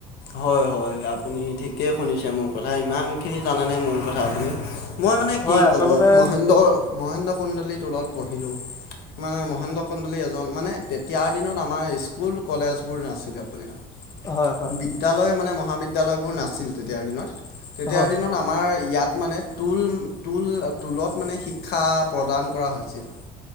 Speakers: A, on the left; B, on the left.
A: হয়, হয়, আপুনি ঠিকেই শুনিছে মোৰ কথা, ইমানখিনি জানেনে মোৰ কথা আপুনি? মই মানে
B: হয়
A: কি
B: আচলতে
A: ক'ব, মহেন্দ্ৰ মহেন্দ্ৰ কন্দলীৰ টোলত পঢ়িলোঁ মানে মহেন্দ্ৰ কন্দলী এজন, মানে তেতিয়াৰ দিনত আমাৰ স্কুল কলেজ বোৰ নাছিলে আপোনাৰ
B: হয় হয়
A: বিদ্যালয় মানে মহাবিদ্যালয়বোৰ নাছিল তেতিয়াৰ দিনত, তেতিয়াৰ
B: হয়
A: দিনত আমাৰ ইয়াত মানে টোল, টোল, টোলত মানে শিক্ষা প্ৰদান কৰা হৈছিল।